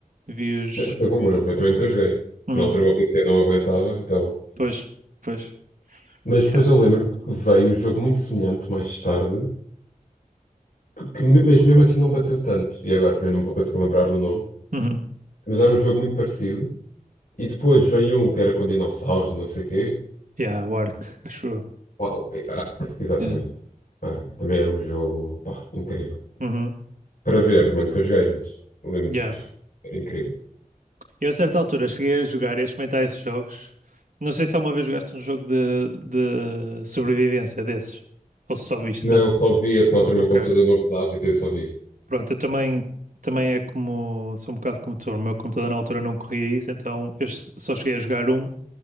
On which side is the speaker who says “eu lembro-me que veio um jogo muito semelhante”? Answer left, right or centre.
Left